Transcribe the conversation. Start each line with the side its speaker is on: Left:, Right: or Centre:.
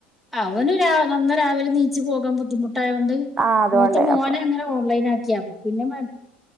Centre: അവന് രാ അന്ന രാവിലെ നീച്ചു പോകാൻ ബുദ്ധിമുട്ടായോണ്ട്
Right: ആഹ് അതുകൊണ്ട്
Centre: മൂത്ത മോനെ
Right: അപ്പൊ
Centre: അങ്ങ ഓൺലൈ ആക്കിയാ പിന്നെ മെ